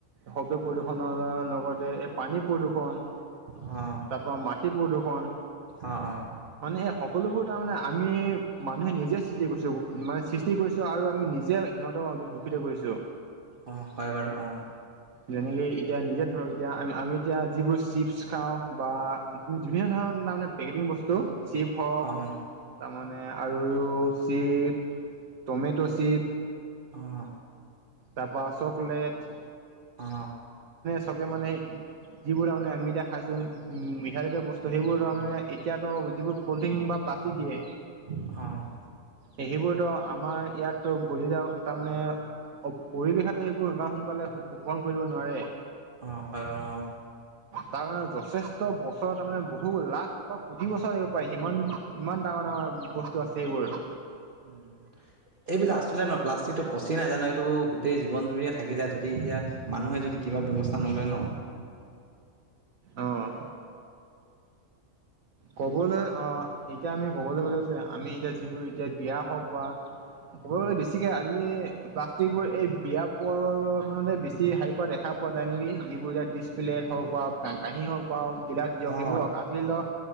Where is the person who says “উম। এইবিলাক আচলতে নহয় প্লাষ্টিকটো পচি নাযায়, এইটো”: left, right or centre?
Right